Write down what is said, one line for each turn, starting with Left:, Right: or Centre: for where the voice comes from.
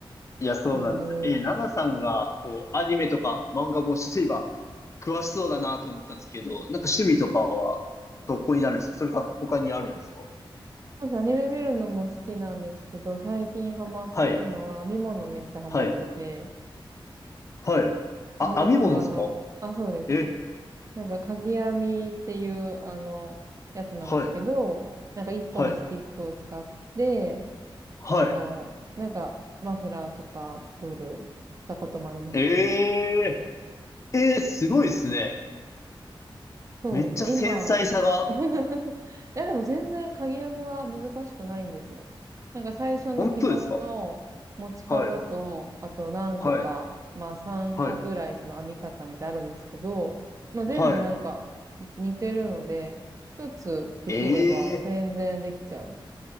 Left: いや、そうなんです。
Right: へえ。
Left: え、ナナさんが、こう、アニメとか漫画も例えば、詳しそうだなと思ったんですけど、なんか趣味とかは、どこになるんですかそれか他にあるんですか
Right: なんかアニメ見るのも好きなんですけど、最近ハマってるのは編み物めっちゃハマってて、
Left: はい。はい。はい。あ、
Right: 編み物あの、
Left: 編み物ですか
Right: あ、そうですね。
Left: え、
Right: なんかかぎ編みっていうあの、やつなんですけど、
Left: はい、
Right: なんか一本スティックを使って、
Left: はい、はい。
Right: あの、なんかマフラーとか作る、たこともあります。
Left: えー、えー、すごいですね。
Right: そうですね。
Left: めっちゃ繊細さが、
Right: 今、<laughs> いやでも全然鍵編みは難しくないんですよ。なんか最初の基本の持ち方と、
Left: 本当ですかはい、
Right: あと何個か、
Left: はい、
Right: まあ3個くらいその編み方みたいなのあるんですけど、
Left: はい、
Right: まあ全部なんか似てるので、
Left: は
Right: 一つできれば全然できちゃう
Left: い。えー、